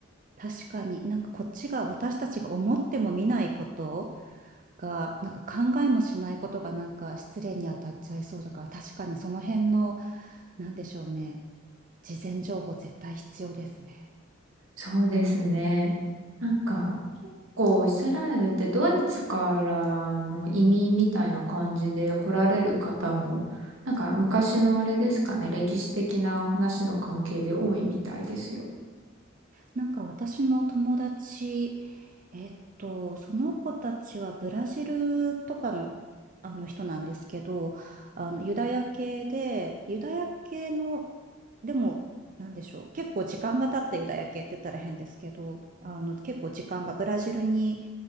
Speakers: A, on the right; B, on the right.
A: 確かに、なんかこっちが、私たちが思っても見ないことが、なんか考えもしないことがなんか失礼に当たっちゃいそうだから、確かにその辺の、なんでしょうね、事前情報絶対必要ですね。
B: そうですね。なんか、結構イスラエルってドイツからの移民みたいな感じで来られる方も、なんか昔のあれですかね、歴史的な話の関係で多いみたいですよ。
A: なんか私の友達、えっと、その子たちはブラジルとかの、あの人なんですけど、あのユダヤ系で、ユダヤ系の、でも、なんでしょう、結構時間が経ったユダヤ系って言ったら変ですけど、あの結構時間がブラジルに、